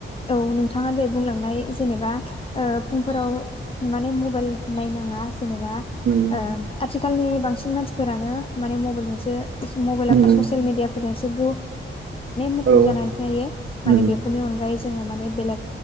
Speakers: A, on the left (about 25°); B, on the right (about 60°).
A: औ नोंथाङा दहाय बुंलांनाय जेनेबा फुंफोराव माने मबाइल नायनाङा जेनेबा
B: ओम
A: ओ आथिखालनि बांसिन मानसिफोरानो माने मबाइल जोंसो मबाइलाव
B: उम
A: ससेल मिडिया फोरजोंसो गु मुखुब
B: औ
A: जानानै थयो
B: उम
A: माने बेफोरनि अनगायै जोंङो माने बेलेग